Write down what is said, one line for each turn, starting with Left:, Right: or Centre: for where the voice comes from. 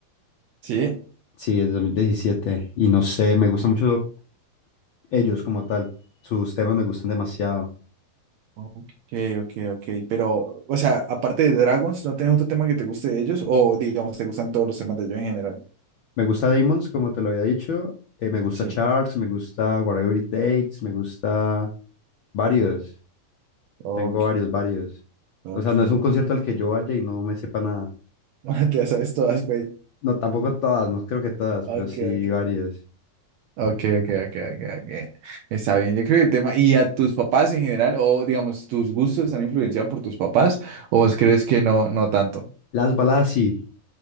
Right: Sí.
Left: Sí, es 2017. Y no sé, me gustan mucho ellos como tal. Sus temas me gustan demasiado.
Right: Ok, ok, ok. Pero, o sea, aparte de Dragons, ¿no tienes otro tema que te guste de ellos? O, digamos, ¿te gustan todos los temas de ellos en general?
Left: Me gusta Damons, como te lo había dicho. eh, me gusta
Right: Sí.
Left: Charles, me gusta Whatever It Takes, me gusta varios.
Right: Ok,
Left: Tengo varios, varios.
Right: ok,
Left: O sea, no es un
Right: ok.
Left: concierto al que yo vaya y no me sepa nada.
Right: <laughs> ok. Te las sabes todas, pues.
Left: No, tampoco todas, no creo que todas,
Right: Ok,
Left: pero sí
Right: ok.
Left: varias.
Right: Ok, ok, ok, ok, ok. Está bien, yo creo que el tema, ¿y a tus papás en general, o digamos, tus gustos están influenciados por tus papás, o vos crees que no, no tanto?
Left: Las baladas sí,